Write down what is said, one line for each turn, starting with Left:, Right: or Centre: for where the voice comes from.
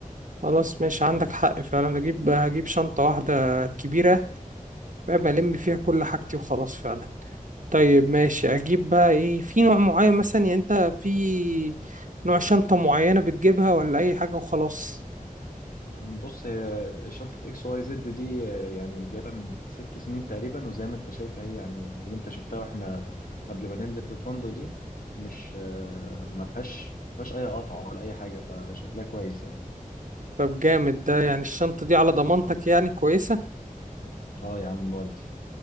Right: خلاص ماشي عندك حق فعلا أجيب هجيب شنطة واحدة كبيرة بقى بلم فيها كل حاجتي وخلاص فعلا طيب ماشي أجيب بقى إيه في نوع معين مثلا يعني أنت في نوع شنطة معينة بتجيبها ولا أي حاجة وخلاص
Left: بص هي شنطة اكس واي زد دي آه، يعني جايبها من ست سنين تقريبا وزي ما انت شايف هي يعني اللي انت شفتها واحنا قبل ما ننزل في الفندق دي مش آه، ما فيهاش ما فيهاش اي قطع ولا اي حاجة فشكلها كويس يعني
Right: طب جامد ده يعني الشنطة دي على ضمانتك يعني كويسة
Left: اه يا عم ودي